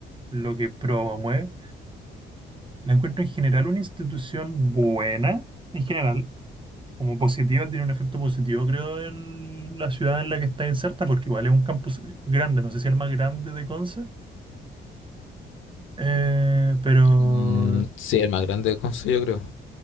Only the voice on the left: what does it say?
Mm, sí, el más grande del consejo yo creo.